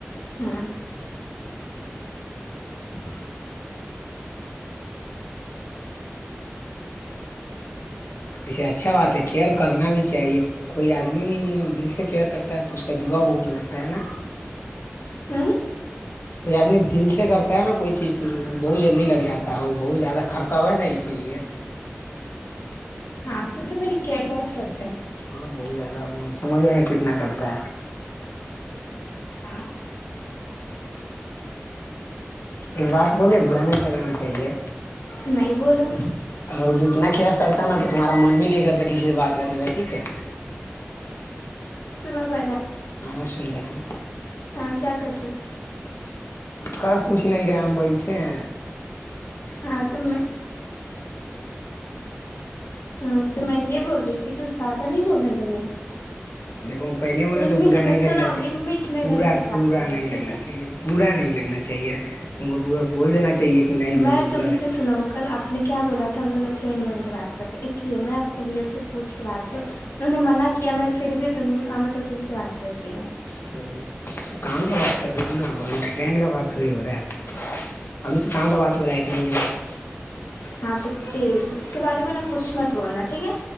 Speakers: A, on the left; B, on the left.
A: ہاں
B: ۔ وسے اچھا بات ہے کیئر کرنا بھی چاہیے کوئی آدمی دل سے کیئر کرتا ہے تو اس کا دا بہت لگتا ہے نا
A: ہ
B: کو آدمی دل سے کرتا ہے نا کوئی چیز تو بہت جلدی لگ جاتا ہے ہو بہت زیادہ کررتا ہو ہے نا اسی لیے
A: ہاں تو تو میری کیئر بہت کرتا ہے
B: ہاں بہت زیادہ وہ ہم سمجھ رہے ہیں کتنا کرتے تر
A: ہاں
B: ایک بات بولے برا نہیں لگانا صحیح ہے
A: نہیں بولو
B: اگر وہ جو اتنا کئر کرتا نا تو تمہارا من بھی نہیں کرتا کسی سے بات کرنے کا ٹھیک ہے
A: سنا پلا
B: ن سن رہ ہیں
A: ہاں کیا کرج
B: کر کچھ نہیں رہے ہم بیٹھے ہیں
A: ہاں تو میں ہ تو میں یہ بول رہی تھی کچھ زیادہ نہیں بولنے لگے
B: دیکھو پہلے بولے
A: لمٹ
B: تو برا
A: میں
B: نہیں
A: سنو
B: لگنا چاہیے
A: لمٹ میں
B: با
A: رہ کے بات
B: برا
A: کرو
B: نہیں
A: ٹھیک
B: لگنا
A: ہے
B: چاہیے برا نہیں لگنا چاہیے تم کوا بول دینا چاہیے کہ نہیں
A: میں
B: بولو
A: تم
B: با لگ
A: سے سناؤ کل ہم دونوں فرینڈ بن کے بات ک اس لیے میں اپنے بی اب سے پوچھ کے بات کر انہوں نے منع کیا کیا میں پھر بھی تم مطلب تم سے بات کر رہی ہوں
B: تو کام کا بات کر رہی نا اننٹ کا بات تھوڑی ہو رہا ہے ابھی تو کام کا بات ہو رہا ہے کہ نہیں یہ سب
A: ہاں تو پی اس کے بارے میں نا کچھ مت بولنا ٹھیک ہے